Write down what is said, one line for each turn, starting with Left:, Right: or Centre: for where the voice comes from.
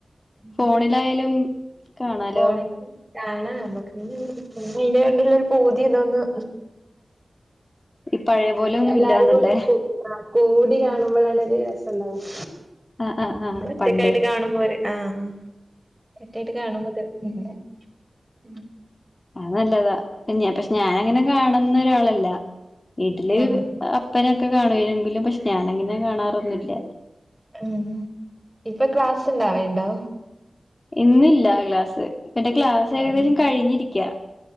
Left: ഫോണിലായാലും
Right: ഉം
Left: കാണാലോ
Right: കോളേജ് കാണാ നമ്മുക്ക് പിന്ന അയിതിനെണ്ടുള്ള ഒരു പൂതി ഇതോൊന്നും
Left: ഈ പഴയ
Right: അ
Left: പോലെ ഒന്നും
Right: എല്ലാരും
Left: ഇല്ലാന്നല്ലേ
Right: കൂടി കൂടി കാണുമ്പോഴാണ് ഒരു രസംുണ്ടാവത്
Left: ആഹ് ആഹ് ആഹ്
Right: ഒറ്റ
Left: പണ്ട്
Right: ക്കായിട്ട് കാണുമ പോരെ ആഹ തറ്റായിട്ട് കാണുമ്പോ തർന്ന <unintelligible>
Left: നല്ലതാ പിന്നെ പക്ഷെ ഞാൻ അങ്ങനെ കാണുന്ന ഒരാളല്ല വീട്ടില്
Right: ആഹ്
Left: അപ്പനൊെ െ കാണരങ്കിലും പക്ഷെ ഞാനങ്ങനെ കാണാറൊന്നുമില്ല
Right: ഉം ഇപ്പൊ ക്ലാസ് ഇണ്ടാവേണ്ടോ
Left: ഇന്നില്ല ക്ലാസ് ഇപ്പന്റെ ക്ലാസ് ഏകദേശം
Right: ആഹ്
Left: കഴിഞ്ഞിരിക്കാ